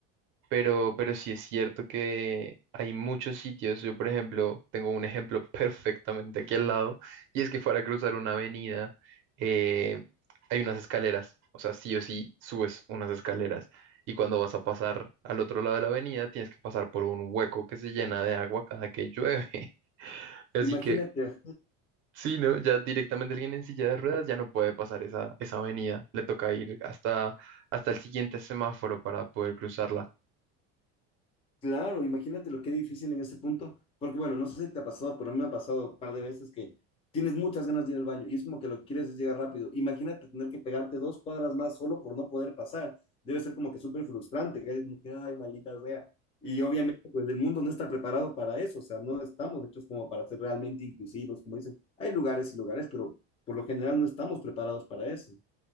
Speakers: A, on the right; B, on the left.
A: Pero, pero sí es cierto que hay muchos sitios. Yo, por ejemplo, tengo un ejemplo <laughs> perfectamente aquí al lado, y es que para cruzar una avenida eh, hay unas escaleras. O sea, sí o sí subes unas escaleras. Y cuando vas a pasar al otro lado de la avenida, tienes que pasar por un hueco que se llena de agua cada que llueve. <laughs> Así
B: Imagínate,
A: que,
B: ajá,
A: sí, ¿no? Ya directamente alguien en silla de ruedas ya no puede pasar esa, esa avenida. Le toca ir hasta, hasta el siguiente semáforo para poder cruzarla.
B: Claro, imagínate lo que difícil en ese punto, porque bueno, no sé si te ha pasado, pero a mí me ha pasado un par de veces que tienes muchas ganas de ir al baño y es como que lo que quieres es llegar rápido. Imagínate tener que pegarte dos cuadras más solo por no poder pasar. Debe ser como que súper frustrante, que es como que, ay, maldita sea. Y obviamente, pues el mundo no está preparado para eso, o sea, no estamos hechos como para ser realmente inclusivos, como dicen. Hay lugares y lugares, pero por lo general no estamos preparados para eso.